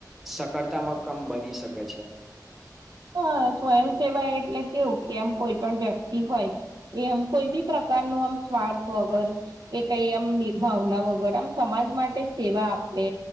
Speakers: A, in the centre; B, on the right.
A: સકારતામક આમ બની શકે છે.
B: હ સ્વયંસેવા એટલે કેવું કે આમ કોઈ પણ વ્યક્તિ હોય. એ આમ કોઈ બી પ્રકાર નું આમ સ્વાર્થ વગર. એ કઈ આમની ભાવના વગર આમ સમાજ માટે સેવા આપે.